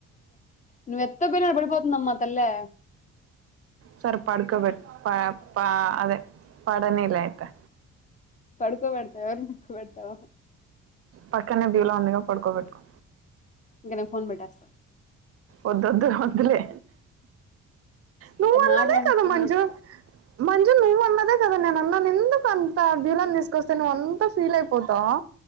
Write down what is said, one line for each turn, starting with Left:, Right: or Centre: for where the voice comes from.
Left: నువ్వ్ ఎత్త పొయ్ న పడిపోతుందమ్మా తల్లా
Right: సరె పడుకోబెట్ పా పా అదే పడనిలే ఐతే
Left: పడుకో పెడ్త ఎవర్ని వెడ్తవ
Right: పక్కనే బిలో ఉందిగా పడుకోబెట్ట్కొ
Left: ఇంగ నే ఫోన్ పెట్టేస్స
Right: ఒద్దుద్దు వద్దులే ను
Left: ఇట్ట
Right: అన్నద
Left: మాట్లాడి
Right: కద
Left: ఫోన్
Right: మజు
Left: పెట్టు
Right: మజు ను అన్నాద కదా నేన అన్న ఎందుకు అంత బీలోని తీసుకొస్తే నువ్వు అంతా ఫీల్ అయిపోతావు